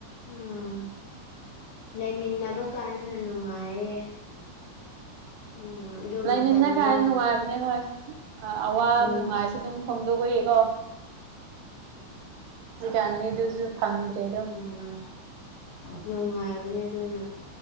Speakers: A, on the left; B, on the right.
A: ꯎꯝ ꯂꯩꯃꯤꯟꯅꯕ ꯀꯥꯟꯗꯅ ꯅꯨꯡꯉꯥꯏꯌꯦ ꯎꯝ ꯑꯗꯨ
B: ꯂꯩ
A: ꯃꯇꯝꯗꯣ
B: ꯃꯤꯟꯅ ꯀꯥꯟ ꯅꯨꯡꯉꯥꯏ ꯑꯗꯨꯅꯦ ꯍꯣꯏ ꯑꯋꯥ
A: ꯎꯝ
B: ꯅꯨꯡꯉꯥꯏꯁꯨꯦ ꯑꯗꯨꯝ ꯐꯣꯡꯗꯣꯛꯄꯌꯦꯀꯣ ꯍꯧꯖꯤꯛꯀꯥꯟꯗꯤ ꯑꯗꯨꯖꯨ ꯐꯪꯗ꯭ꯔꯦꯗꯣ
A: ꯎꯝ ꯅꯨꯡꯉꯥꯏꯕꯅꯦ ꯑꯗꯨꯅ